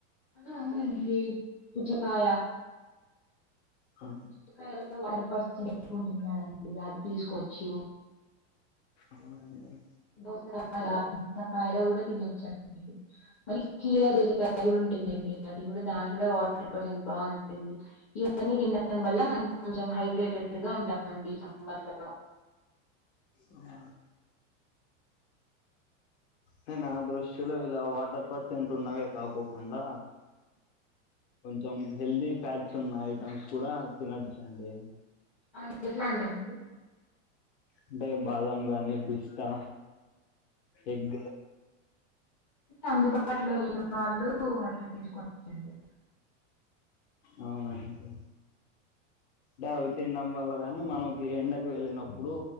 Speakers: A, on the left (about 20°); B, on the left (about 60°).
A: ఆ అవునండి పుచ్చకాయ
B: ఆ!
A: పుచ్చకాయలో వాటర్ పర్సెంట్ ఎక్కువ ఉంటుందండి అది తీసుకోచ్చు
B: అననే
A: దోసకాయ దోసకాయలు కూడా తినొచ్చండి మళ్ళీ కీరా దోసకాయ కూడా ఉం టుందండి అది కూడా దాంట్లో కూడా వాటర్ పర్సెంట్ బావుంటుంది. ఇ గానీ తినడం వల్ల మనం కొంచెం హైడ్రేటెడ్ గా ఉంటామండి సమ్మర్ లలో
B: మా హే నా దృష్టిలో ఇలా వాటర్ పర్ట్స్ ఏంట ఉన్నావే కాకుకుండా కొంచెం హెల్తీ ఫ్యాట్స్ ఉన్న ఐటెమ్స్ కూడా తినొచ్చండి.
A: ఆన్ ఎట్లాటివి అండీ.
B: అంటే బాదాం గాని బిస్తా ఎగ్
A: అందుబాటులో లేని వాళ్ళు అట్లా దిసుకోన్ చిందో
B: అవునండి. దావుంద్ తినడం వల్ల గాని మనకి ఎండకు వెళ్ళినప్పుడు